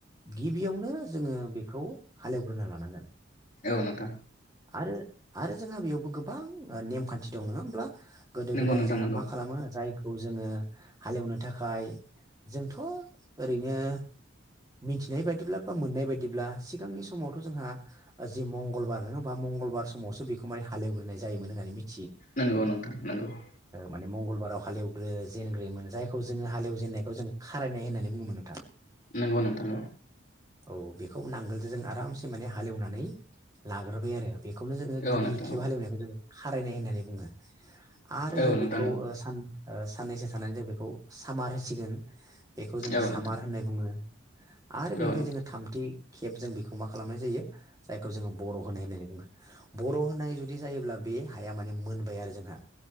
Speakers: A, on the right (about 20°); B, on the left (about 40°).
A: गिबियावनो जोङो बेखौ हालेवग्रोना लानांगोन
B: औ नोंथां
A: आरो-आरो जोंहा बेयावबो गोबां नेमखान्थि दं नङा होमब्ला गोदो
B: नंगौ
A: गोदाय
B: नोंथां
A: जोंहा
B: नंगौ
A: मा खालामो जाय खौ जोङो हालेवनो थाखाय जोंथ' ओरैनो मिथिनाय बायदिब्ला बा मोननाय बायदिब्ला सिगांनि समावथ' जोंहा जि मंगलबार नङा होमबा मंगलबार समावसो बेखौ माने हालेवग्रोनाय जायोमोन होननानै मिथि
B: नंगौ नोंथां नंगौ
A: माने मंगलबाराव हालएवग्रो जेनग्रोयोमोन जायखौ जोङो हालेव जेननायखौ जों खारायनाय होननानै बुङोमोन नोंथां
B: नंगौ नोंथां
A: औ बेखौ नांगोलजों जों आरामसे माने हालेवनानै लाग्रोबाय आरो बे खौनो जोङो गिबि
B: औ नोंथां
A: खेब
B: औ
A: हालेवनायखौ जों खारायनाय होननानै बुङो आरो जों
B: औ नोंथां
A: बेखौ
B: औ
A: ओ सान-ओ साननैसो थानानै जों बे खौ सामार होसिगोन बेखौ जों
B: औ
A: सामार
B: नोंथां
A: होननाय बुङो। आरो बेनिफ्राय
B: औ नोंथां
A: जोङो थामथि खेब जों बेखौ मा खालामनाय जायो जायखौ जोङो बर' होनाय होननानै बुङो बर' होनाय जुदि जायोब्ला बे हाया माने मोनबाय आरो जोंहा